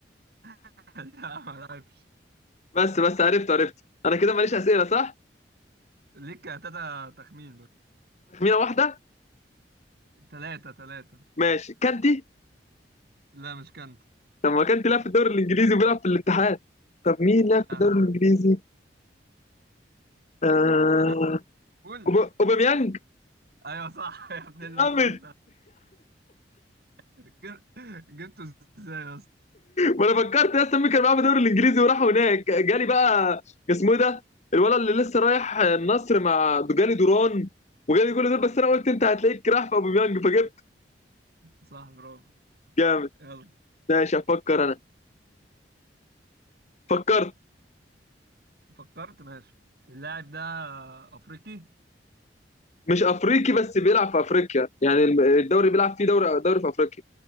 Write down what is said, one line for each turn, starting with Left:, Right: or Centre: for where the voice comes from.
Right: <laughs> لا ما لعبش
Left: بس بس عرفت عرفت انا كده ماليش اسئله صح
Right: ليك تلاتة تخمين بس
Left: تخمينه واحده
Right: تلاتة تلاتة
Left: ماشي كانتي
Right: لا مش كانت
Left: طب ما كان بيلعب في الدوري الانجليزي وبيلعب في الاتحاد طب مين لعب
Right: لا
Left: في الدوري الانجليزي؟ آه...
Right: أه. قول
Left: أوب- اوباميانج
Right: ايوه صح <laughs> يا ابن الذين
Left: جامد
Right: جب- جبته ازاي يا اسطى
Left: ما انا فكرت يا اسطى مين كان معاه في الدوري الانجليزي وراح هناك جالي بقى اسمه إيه ده الولد اللي لسه رايح النصر مع جالي دوران وجالي كل دول بس انا قلت انت هتلاقيك راح في اوباميانج فجبت
Right: صح برافو
Left: جامد
Right: يلا
Left: ماشي افكر انا فكرت
Right: فكرت ماشي اللاعب ده افريقي
Left: مش افريقي بس بيلعب في افريقيا يعني الم- الدوري بيلعب فيه دوري دوري في افريقيا